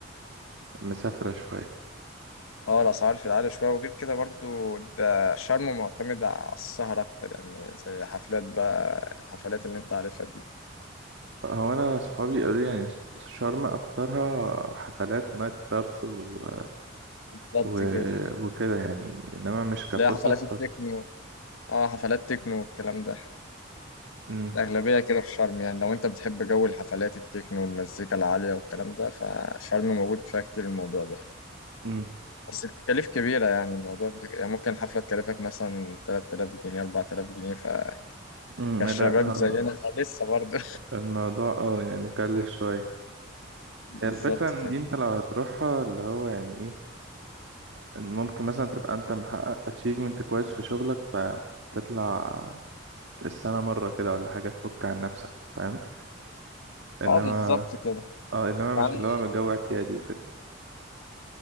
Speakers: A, on the right; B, on the left.
A: مسافرة شوية
B: اه الأسعار في العالي شوية وغير كده برضو ده شرم معتمد على السهر أكتر يعني زي حفلات بقى الحفلات اللي أنت عارفها دي
A: هو انا صحابي قالوا لي يعني شرم اكترها حفلات ونايت كلابس و...
B: بالظبط
A: و...
B: كده
A: وكده يعني انما مش كفسح
B: اللي هي حفلات التكنو
A: فسح
B: اه حفلات تكنو والكلام ده
A: امم
B: الأغلبية كده في شرم يعني لو أنت بتحب جو الحفلات التكنو والمزيكا العالية والكلام ده فشرم موجود فيها كتير الموضوع ده
A: امم
B: بس التكاليف كبيرة يعني الموضوع بتك... يعني ممكن حفلة تكلفك مثلا 3000 جنيه 4000 جنيه
A: أمم،
B: فكشباب
A: لا آه،
B: زينا فلسه برضه
A: الموضوع اه يعني مكلف شوية
B: <laughs> بالظبط
A: هي الفكرة إن
B: كده
A: دي أنت لو هتروحها اللي هو يعني إيه إن ممكن مثلا تبقى أنت محقق achievement كويس في شغلك فتطلع في السنة مرة كده ولا حاجة تفك عن نفسك فاهم إنما
B: اه بالظبط كده
A: آه إنما
B: يعني
A: مش اللي هو جو اعتيادي وكده